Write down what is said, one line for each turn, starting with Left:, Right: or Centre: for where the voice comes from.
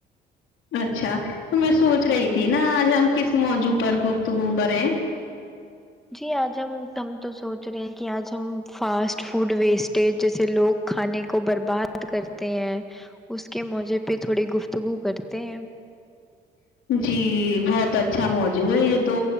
Left: اچھا تو میں سوچ رہی تھی نا آج ہم کس موضوع پر گفتگو کریں
Centre: جی آج ہم ت ہم تو سوچ رہے ہیں کہ آج ہم فاسٹ فوڈ ویسٹیج جیسے لوگ کھانے کو برباد کرتے ہیں اس کے موضوع پہ تھوڑی گفتگو کرتے ہیں
Left: جی بہت اچھا موضوع ہے یہ تو